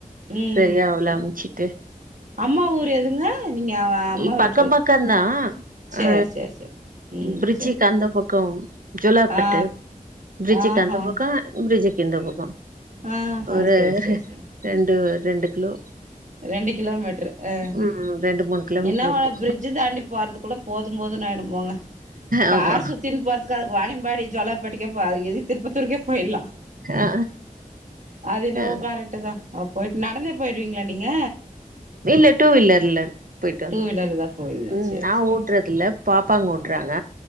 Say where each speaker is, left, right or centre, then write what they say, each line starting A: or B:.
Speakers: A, on the right (about 55°); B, on the right (about 70°).
A: ம்
B: சேரி அவ்ள அம்ச்சி ட்டு
A: அம்மா ஊர் எதுங்க நீங்க அ அம்மா
B: இ பக்கொ
A: வீட்ல
B: பக்கந்தா
A: சேரி
B: ஆ
A: சேரி சேரி ம்
B: பிரிஜிக்கு
A: சேரி
B: அந்த பக் கொம் ஜூலா பட்டு
A: ஆ
B: ப்ரிட்ஜுக்கு
A: ஆஹா
B: அந்த பக்கு பிரிட்ஜுக் இந்தப் பக்கொ
A: ஆஹா
B: ஒரு
A: சேரி சேரி சேரி
B: ரெண்டு ரெண்டு கிலோ
A: ரெண்டு கிலோ மீட்ரு ஆ
B: ம் ரெண்டு மூணு கிலோமீட்டர்
A: என்ன
B: இருக்கு
A: பிரிட்ஜு தாண்டி போறதுக்குள்ள போதும் போதுன்னு ஆய்டு போங்க கார்
B: ஆமா
A: சுத்தின் போறதுக்கு அதுக் வாணியம்பாடி ஜோலாபட்டுகே பொ அதுக் எதுக் திருப்பத்தூருக்கே போயில்லா
B: ஆ
A: அது என்னவோ
B: ஆ
A: கரெக்ட்டு தா அவ போயிட்டு நடந்தே போய்ருவீங்களா நீங் ங்க
B: இல்ல டூ வீலர் இல்ல போயிட்டு வந்
A: டூ வீலர்ல தா போவீங்களா
B: உம்
A: சேரி
B: நா
A: சேரி
B: ஓட்றதில்ல
A: சேரி
B: பாப்பாங் ஓட்றாங்க